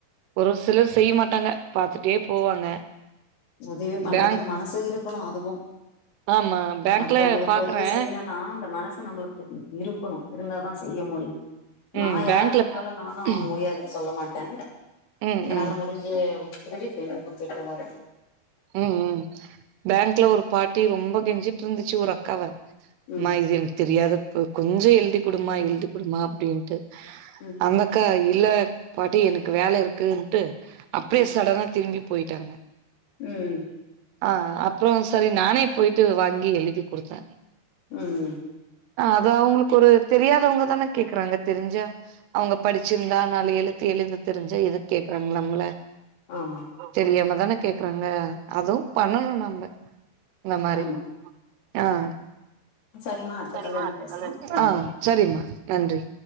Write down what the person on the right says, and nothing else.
ஒரு சிலர் செய்ய மாட்டாங்க பாத்துட்டே போவாங்க
பேங்க்
ஆமா பேங்க்ல
பாக்குறே
ம்
பேங்க்ல
ம்
ம்
ம்
ம் ம் பேங்க்ல ஒரு பாட்டி ரொம்ப கெஞ்சிட்டு இருந்துச்சு ஒரு அக் காவ
அம்மா இது எனக் தெரியாது கொஞ்ச எழுதி கொடுமா எழுதி கொடுமா அப்டின்ட்டு
அந்த அக்கா இல்ல பாட்டி எனக்கு வேல இருக்குன்னுட்டு அப்டியே
சடனா திரும்பி போயிட்டாங்க
ஆ அப்புறே சரி நானே போயிட்டு வாங்கி எழுதி கொடுத்தே
ஆ அது அவுங்களுக்கு ஒரு தெரியாதவங்க தான கேக்குறாங்க தெரிஞ்சா அவுங்க படிச்சிருந்தா நாலு எழுத்து எழுத தெரிஞ்சா எது கேக்குறாங்க நம்மல
தெரியாம தானே கேக்குறாங்க அதுவு பண்ணணு நம்ப இந்த மாறி
ஆ ஆ
சேரிம்மா
அடுத்த
கால்ல பேசிக்கலா
ஆ சேரிம்மா நன்றி